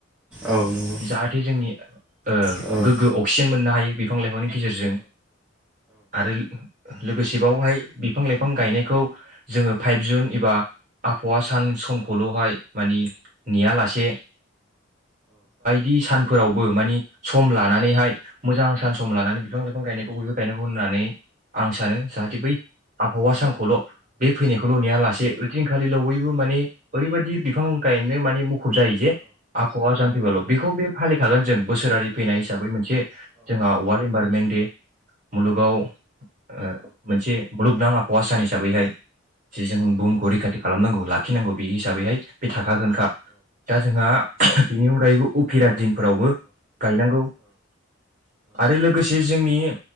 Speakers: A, in the centre; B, on the right (about 40°).
A: औ नंगौ
B: जाहाथे जोंनि ओ
A: औ
B: गोग्गो अक्सिजेन मोननो हायो बिफां लाइफांनि गेजेरजों आरो लोगोसे बावहाय बि फां लाइफां गायनायखौ जोङो फाइभ जुन एबा आबहावा सान समखौल'हाय मानि नेया लासे बे सानफोरावबो मानि सम लानानैहाय मोजां सान सम लानानै बिफां लाइफां गायनायखौ बयबो गायनांगौ होननानै आं सानो जाहाथे बै आबहावा सानखौल' बे फैनायखौल' नेया लासे ओइदिनखालिल' बयबो माने ओरैबायदि बिफां गायनो माने मुखुब जायो जे आबहावा सान फैबाल' बेखौ बे फालिखागोन जों बोसोरारि फैनाय हिसाबै मोनसे जोंहा वारल्ड इनभारमेन्ट दे मुलुगाव ओ मोनसे मुलुगनां आबहावा सान हिसाबैहाय जे जों बुहुमखौ रैखाथि खालामनांगौ थिनांगौ बे हिसाबैहाय बे थाखागोनखा दा जोंहा बेनि अनगायैबो उफिरा दिन फोरावबो गायनांगौ आरो लोगोसे जोंनि